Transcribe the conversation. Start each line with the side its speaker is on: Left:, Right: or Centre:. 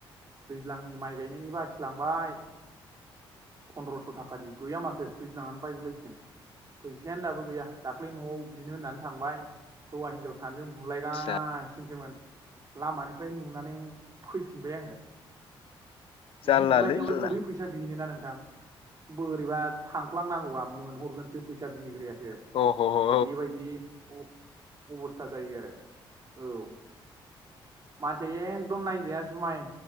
Right: दैज्लांनि माइ गायनायनि बाखिलांबाय फन्द्रस' थाखानि गैया माथो दैज्लांनानै बायगुलायसिगोन। फैसायानो दाबो गैया दाख्लै न'आव बिनो होननानै थांबाय हौवा हिनजाव सानैजों बुलायगासिनोसोमोन
Left: आदसा
Right: लामानिफ्राय नुनानै फैफिनबाय आङो।
Left: जारलालै
Right: बिदि बुलनायावलाय
Left: जारला
Right: बोरै फैसा फैसा बिनोोना नोंथां बोरैबा थांफ्लांनांगौा मोनहरगोनसो फैसा बिग्रायासो।
Left: अ अ
Right: बेबायदि अ-अबस्था जायो आरो औ मानसिया एकदम नायजाया जुमाय